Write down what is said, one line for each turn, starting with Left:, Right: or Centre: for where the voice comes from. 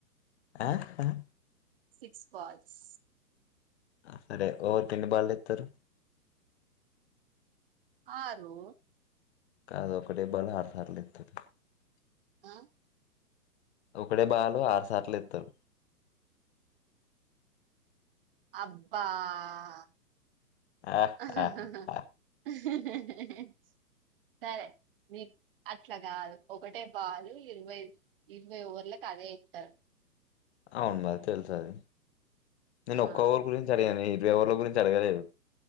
Left: ఆ ఆహ్
Right: సిక్స్ బాల్స్
Left: ఆ సరే ఓవర్ కెన్ని బాల్ ఏతరు
Right: ఆ రు
Left: కాదు ఒకటే బాల్ ఆర్ సాల్ లేతరు
Right: ఆ
Left: ఒకడే బాలు ఆరు సార్ల ఏతరు
Right: అబ్బా ఆ
Left: ఆ,
Right: ఆహాహ్
Left: ఆ,
Right: హ్
Left: ఆ.
Right: హ్హ్ హ్ హ్ సరే నీ అట్లా గాదు ఒకటే బాలు ఇర్ వై ఇర్ వై ఓవర్ లక్ కదే ఇతరు
Left: ఔన్ మరి తెల్ సది నీను
Right: ఆ
Left: ఒక్క ఓర్ గురించి
Right: పిక్
Left: అడిగానే ఇర్ వై ఓవర్ల గురించ్ జర్ గలేదు